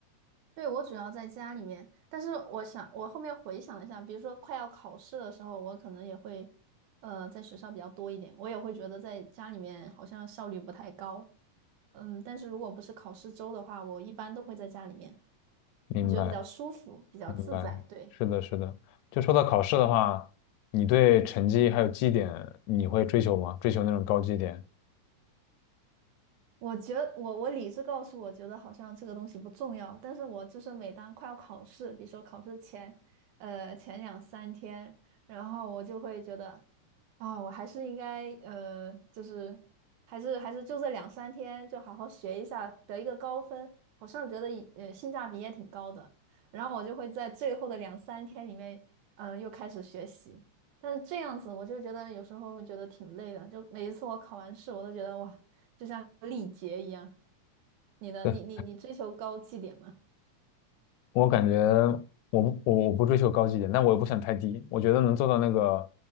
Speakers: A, on the right; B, on the left.
A: 对，我主要在家里面，但是我想我后面回想了一下，比如说快要考试的时候，我可能也会呃在学校比较多一点，我也会觉得在家里面好像效率不太高。嗯，但是如果不是考试周的话，我一般都会在家里面，
B: 明白。
A: 我觉得比较舒服，比较自在，
B: 明白，
A: 对。
B: 是的，是的。就说到考试的话，你对成绩还有绩点，你会追求吗？追求那种高绩点？
A: 我觉得我我理智告诉我觉得好像这个东西不重要，但是我就是每当快要考试，比如说考试前，呃前两三天，然后我就会觉得，啊、我还是应该呃就是还是还是就这两三天就好好学一下，得一个高分，好像觉得也呃性价比也挺高的，然后我就会在最后的两三天里面，嗯又开始学习。但是这样子，我就觉得有时候会觉得挺累的。就每一次我考完试，我都觉得哇，就像历劫一样。你的你你你追求高绩点吗？
B: <laughs> 对，我感觉我不我我不追求高绩点，但我也不想太低。我觉得能做到那个